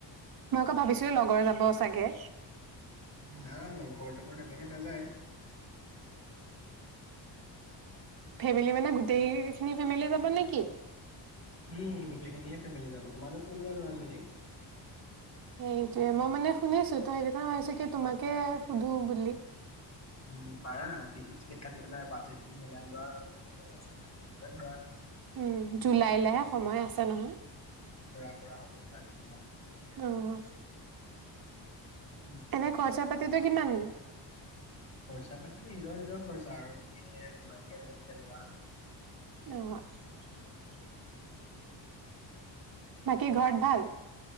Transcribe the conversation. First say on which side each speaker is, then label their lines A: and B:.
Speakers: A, on the right; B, on the left.
A: মই আকৌ ভাবিছিলো লগৰ যাব চাগে।
B: না লগৰ-তগৰ তেনেকে নাযায়।
A: ফেমিলি মানে গোটেইখিনি ফেমিলিয়ে যাব নেকি?
B: উম গোটেইখিনিয়ে ফেমিলি যাবা তোমালোক ওলোৱা যোৱা যদি
A: সেইটোয়ে মই মানে শুনিছো তো সেইটো কাৰণে ভাবিছোঁ কি তোমাকে সুধো বুলি।
B: উম পাৰা টিকেট-চিকেট কাটি পেলাই বাজেটটো মিলাই লোৱা। পইচা পাতিটো নিজৰে ধৰা
A: উম জুলাইলেহে সময় আছে নহয়।
B: কৰা কৰা হ'ব দাৰ্জিলিঙত ধুনীয়াকে
A: অহ
B: উম
A: এনে খৰচা-পাতিটো কিমান?
B: খৰচা-পাতি নিজৰ নিজৰ খৰচা আৰু তুমি যিমানকে যেনেকে লোৱা।
A: অ বাকী ঘৰত ভাল?